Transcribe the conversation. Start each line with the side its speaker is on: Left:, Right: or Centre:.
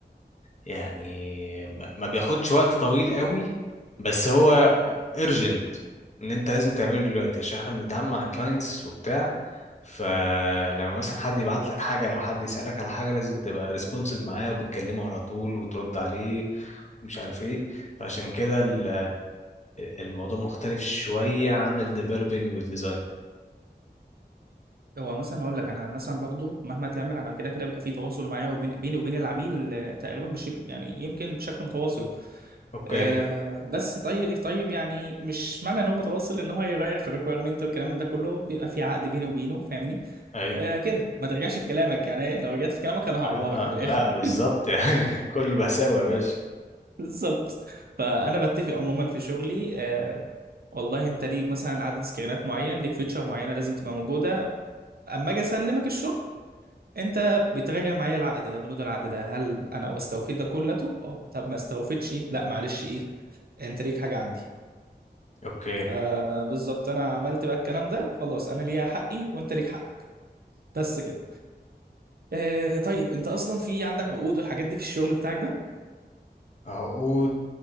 Left: يعني ما ما بياخدش وقت طويل قوي بس هو urgent إن أنت لازم تعمله دلوقتي عشان إحنا بنتعامل مع clients وبتاع فلما مثلا حد يبعت لك حاجة أو حد يسألك على حاجة لازم تبقى responsive معاه وبتكلمه على طول وترد عليه ومش عارف إيه فعشان كده ال- الموضوع مختلف شوية عن ال developing وال design
Right: هو مثلا هقول لك انا مثلا برضه مهما تعمل انا كده كده بيبقى في تواصل معايا وبين بيني وبين العميل آه، تقريبا بش يعني يمكن بشكل متواصل
Left: أوكي
Right: آه، بس طيب طيب يعني مش معنى ان هو متواصل ان هو هيغير في الريكويرمنت والكلام من ده كله بيبقى في عقد بيني وبينه فاهمني
Left: أيوه
Right: آه كده ما ترجعش في كلامك يعني إيه؟ لو رجعت في كلامك انا هعورك
Left: اه
Right: من الاخر
Left: لا
Right: <laughs>
Left: بالظبط يعني <laughs> كله بحسابه يا باشا
Right: بالظبط فانا بتفق عموما في شغلي آه والله انت ليك مثلا عدد سكرينات معين ليك فيتشر معينه لازم تبقى موجوده اما اجي اسلمك الشغل انت بتراجع معايا العقد ده بنود العقد ده هل انا استوفيت ده كلته اه طب ما استوفيتش لا معلش ايه انت ليك حاجه عندي
Left: اوكي
Right: فبالظبط انا عملت بقى الكلام ده خلاص انا ليا حقي وانت ليك حقك بس كده آه طيب انت اصلا في عندك عقود والحاجات دي في الشغل بتاعك ده
Left: عقود